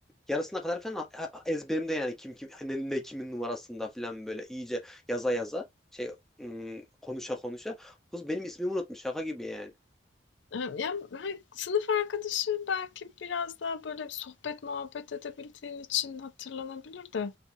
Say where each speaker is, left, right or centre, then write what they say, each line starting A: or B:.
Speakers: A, in the centre; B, on the left (about 65°).
A: yarısına kadar falan a- a- ezberimde yani kim kim hani ne kimin numarasında falan böyle iyice yaza yaza şey ım, konuşa konuşa kız benim ismimi unutmuş şaka gibi yani.
B: Emm, ya, hani, sınıf arkadaşı belki biraz daha böyle sohbet muhabbet edebildiğin için hatırlanabilir de